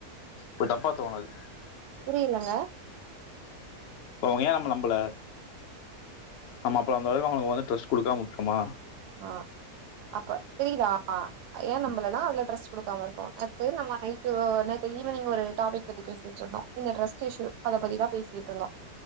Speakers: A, on the left; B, on the right.
A: ஒரு தப்பா தோணாது
B: புரியலங்க
A: அவுங்க ஏன் நம்ம நம்பல ஆமா அப்புலம் அந்த அளவு அவுங்களுக்கு வந்து ட்ரஸ்ட் கொடுக்காமவுட்டுடோமா
B: ஆஹ் அப்ப தெரியுதா ஏன் நம் இல்லனா அவங்க ட்ரெஸ் கொடுக்காம இருக்களாம் நேத்து நம்ம நைட்டு ந ஈவினிங் ஒரு டாபிக் நேத்திபேசிவச்சிருந்தேம் இந்த ட்ரெஸ்ட் இஷ்யூ அதை பத்திதான் பேசிட்டு இருந்தோம்